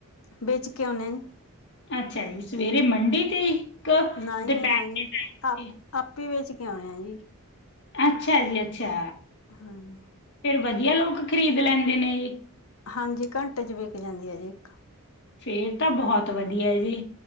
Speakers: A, on the left; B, on the left.
A: ਵੇਚ ਕੇ ਆਉਨੇ ਆਂ ਜੀ।
B: ਅੱਛਾ ਜੀ, ਸਵੇਰੇ ਮੰਡੀ ਤੇ ਦੁਪਹਿਰ
A: ਨਾ ਜੀ ਨਾ ਜੀ,
B: ਦੇ ਟਾਈਮ
A: ਆਪ
B: ਜੀ
A: ਆਪੇ ਵੇਚ ਕੇ ਆਉਣੇ ਆਂ ਜੀ।
B: ਅੱਛਾ ਜੀ ਅੱਛਾ।
A: ਹਾਂ।
B: ਫੇਰ ਵਧੀਆ ਲੋਕ ਖ਼ਰੀਦ ਲੈਂਦੇ ਨੇ ਜੀ?
A: ਹਾਂਜੀ ਘੰਟੇ ਚ ਵਿਕ ਜਾਂਦੀ ਹੈ ਜੀ ਇੱਕ।
B: ਫੇਰ ਤਾਂ ਬਹੁਤ ਵਧੀਆ ਹੈ ਜੀ।